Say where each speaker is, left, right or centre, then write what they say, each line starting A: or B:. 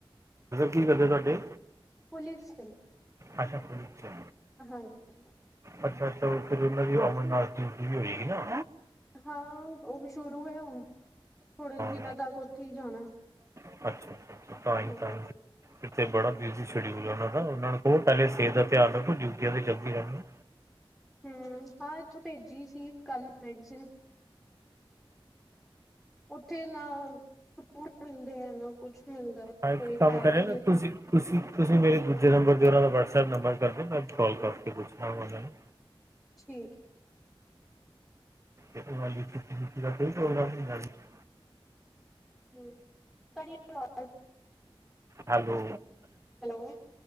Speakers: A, on the right; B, in the centre.
A: ਕੀ ਕਰਦੇ ਤੁਹਾਡੇ
B: ਪੁਲਿਸ ਚ
A: ਅੱਛਾ ਪੁਲਿਸ ਚਾ
B: ਹਾਂ ਜੀ
A: ਅੱਛਾ ਅੱਛਾ ਔਥੇ ੳਹਨਾ ਦੀ ਅਮਰਨਾਥ ਡਿਉਟੀ ਵੀ ਹੈਗੀ ਏ ਨਾ
B: ਹਾਂ ਉਹ ਵੀ ਸ਼ੁਰੂ ਹੈ ਹੁਣ ਥੋੜੇ ਦਿਨਾਂ
A: ਹਾਂ
B: ਤੱਕ ਉੱਥੇ ਹੀ ਜਾਣਾ
A: ਅੱਛਾ ਅੱਛਾ ਤਾਹੀ
B: ਹਾਂ
A: ਤਾ ਇਥੇ ਬੜਾ ਬਿਜ਼ੀ ਸ਼ਡਿਊਲ ਹੈ ਉਹਨਾਂ ਨੂੰ ਬ ਪਹਿਲੇ ਸਿਹਤ ਦਾ ਧਿਆਨ ਰੱਖੋ ਡਿਊਟੀਆਂ ਤੇ ਚੱਲਦੀ ਰਹਿਣੀ ਹੈ
B: ਹਮ ਹਾਂ ਇੱਥੋਂ ਭੇਜੀ ਸੀ ਕੱਲ ਮੈਡੀਸਨ ਉੱਥੇ ਨਾ ਫੂਟ ਮਿਲਦੇ ਆ ਨਾ ਕੁਛ ਮਿਲਦਾ
A: ਹਾਂ ਇੱਕ
B: ਕੋਈ
A: ਕੰਮ
B: ਹੈ
A: ਕਰਿਆਗਾ
B: ਵੀ ਨੀ ਉੱਥੇ
A: ਤੁਵੀ ਤੁਸੀਂ ਤੁਸੀਂ ਮੇਰੇ ਦੂਜੇ ਨੰਬਰ ਤੇਓਨਾਂ ਦਾ ਵਟਸਐਪ ਨੰਬਰ ਕਰਦੇਓ ਮੈਂ ਕਾਲ ਕਰਕੇ ਪੁੱਛਣਾ ਉਹਨਾਂ ਨੂੰ
B: ਠੀਕ
A: ਉਹੁ ਕੋ <unintelligible>
B: ਹਮ
A: ਹੈਲੋ
B: ਹੈਲੋ